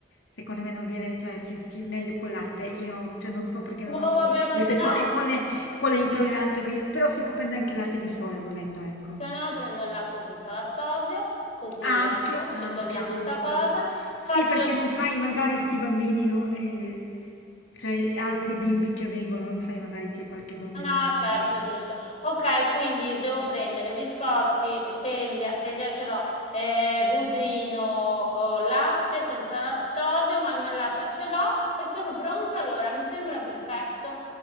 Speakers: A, on the left; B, on the left.
A: Secondo me non viene, cioè, ci- ci- meglio col latte. Io, cioè, non so perché
B: Boh,
A: non ho
B: vabbè, ma
A: le
B: se
A: persone
B: no...
A: con le, con le intolleranze, quindi- però si può prendere anche latte di soia volendo, ecco.
B: Se no prendo il latte senza lattosio, così ecco,
A: Anche, anche,
B: ci togliamo
A: giusto.
B: sta cosa. Faccio...
A: Sì, perché non sai, magari sti bambini, no? Eh, cioè, altri bimbi che vengono, non sai, magari c'è qualche bambino
B: No, certo,
A: che...
B: giusto. Ok, quindi devo prendere biscotti, teglia, teglia ce l'ho, eh, budino, oh, latte senza lattosio, marmellata ce l'ho e sono pronta allora, mi sembra perfetto.